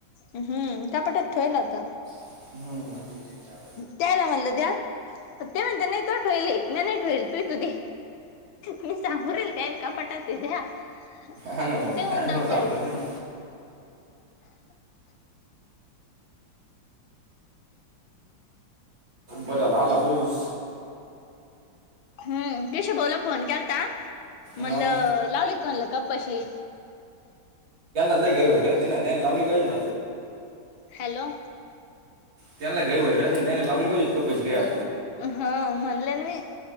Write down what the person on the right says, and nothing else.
हम्...
हा
ना
टाइम वर
सापडत
नाही. बरंला आला पाऊस..
हां
ग लावली पाज..
त्याला गय वल राहते त्याने लावली पाोज प काय..